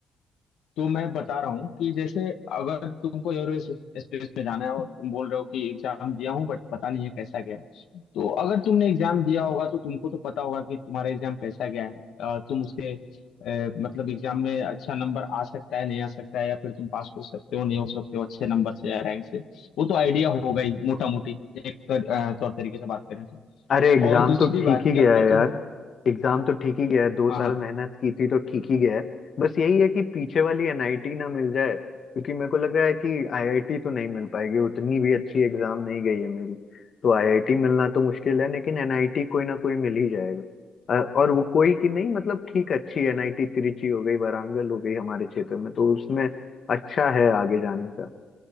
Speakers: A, on the left (about 75°); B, on the left (about 50°).
A: तो मैं बता रहा हूँ कि जैसे अगर तुमको एरो स्पेस में जाना है और तुम बोल रहे हो कि एग्जाम दिया हूँ बट पता नहीं है कैसा गया है। तो अगर तुमने एग्जाम दिया होगा तो तुमको तो पता होगा कि तुम्हारा एग्जाम कैसा गया है अ, तुम उसके अ, मतलब एग्जाम में अच्छा नंबर आ सकता है नहीं आ सकता है या फिर तुम पास हो सकते हो नहीं हो सकते हो अच्छे नंबर से या रैंक से वो तो आइडिया होगा ही मोटा मोटी एक तर, अ, तौर तरीके से बात करें तो
B: अरे एग्जाम
A: और दूसरी
B: तो ठीक
A: बात
B: ही
A: कि
B: गया
A: अगर
B: है यार
A: तुम
B: एग्जाम तो ठीक ही गया है दो
A: हाँ
B: साल
A: हाँ
B: मेहनत की थी तो ठीक ही गया है बस यही है कि पीछे वाली एनआईटी ना मिल जाए क्योंकि मेरे को लग रहा है कि आईआईटी तो नहीं मिल पाएगी उतनी भी अच्छी एग्जाम नहीं गई है मेरी तो आईआईटी मिलना तो मुश्किल है लेकिन एनआईटी कोई ना कोई मिल ही जाएगा अ, और वो कोई की नहीं मतलब ठीक अच्छी एनआईटी तिरुचि हो गई वारांगल हो गई हमारे क्षेत्र में तो उसमें अच्छा है आगे जाने का